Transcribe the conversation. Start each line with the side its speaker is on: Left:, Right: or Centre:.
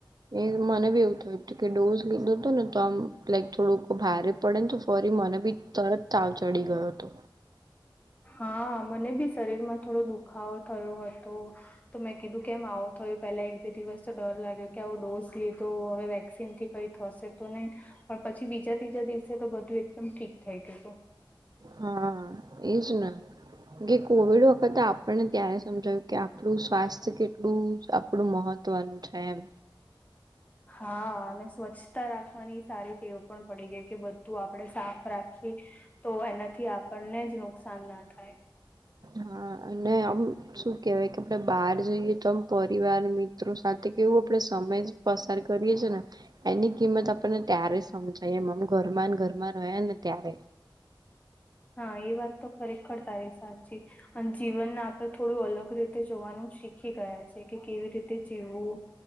Right: એ મને બી એવું થયું હતું કે ડોઝ લીધો હતો ને તો આમ લાઈક થોડુંક ભારે પરંતુ ફરી મને બી તરત તાવ ચડી ગયો હતો.
Left: હા મને બી શરીર માં થોડો દુખાવો થયો હતો તો મેં કીધું કેમ આવું થયું પેલા એક બે દિવસ તો ડર લાગ્યો કે આવો ડોઝ લીધો હવે વેક્સિન થી કઈ થશે તો નહી પણ પછી બીજા ત્રીજા દિવસે તો બધું એકદમ ઠીક થઈ જતું
Right: હા એજ ને કે કોવિડ વખતે આપણને ત્યારે સમજાવ્યું કે આપણું સ્વાસ્થ્ય કેટલું આપડું મહત્વનું છે એમ
Left: હા અને સ્વચ્છતા રાખવાની સારી રીતે એવું પણ પડી ગઈ કે બધું આપણે સાફ રાખીએ તો એનાથી આપણને જ નુકસાન ના થાય
Right: હા અને આમ શું કેવાય કે આપડે બહાર જઈએ તો આમ પરિવાર મિ ત્રો સાથે કેવું આપડે સમય જ પસાર કરીએ છે ને એની કિંમત આપણને ત્યારે સમજાય એમ ઘરમાં ને ઘરમાં રહે્યા ને ત્યારે
Left: હા એ વાત તો ખરેખર તારી સાચી. અને જીવનને આપણે થોડું અલગ રીતે જોવાનું શીખી ગયા છે કે કેવી રીતે જીવવું